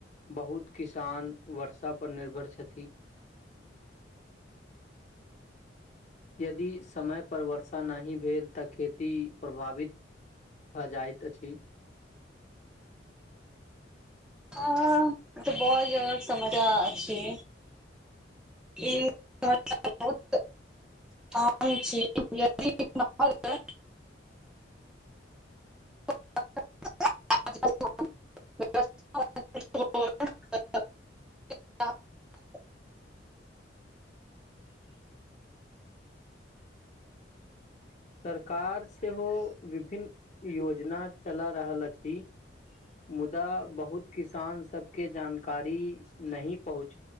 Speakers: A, on the left; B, in the centre.
A: बहुत किसान वर्षा पर निर्भर छथि यदि समय पर वर्षा नहि भेल तऽ खेती प्रभावित भऽ जाइत अछि
B: ह तऽ बहुत जदा समझा छी ई बहुत <unintelligible> आ चीार <unintelligible>
A: <inaudible>
B: <inaudible> <inaudible>
A: सरकार सेहो विभिन्न योजना चला रहल अछि मुदा बहुत किसान सबके जानकारी नहि पहुँच